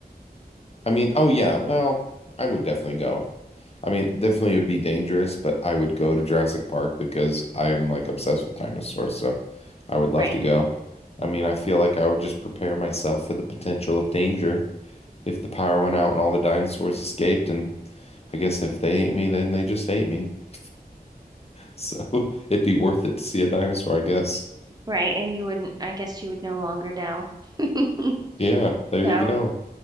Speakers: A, on the left (about 40°); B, on the right (about 25°).
A: I mean, oh yeah, well, I would definitely go. I mean, definitely it would be dangerous, but I would go to Jurassic Park because I'm like obsessed with dinosaurs, so I would love
B: Right,
A: to go. I mean, I feel like I would just prepare myself for the potential of danger if the power went out and all the dinosaurs escaped, and I guess if they ate me, then they just ate me. <laughs> So it'd be worth it to see a dinosaur, I guess.
B: right. And you wouldn't, I guess you would no longer know. <laughs>
A: Yeah, there
B: So
A: you go.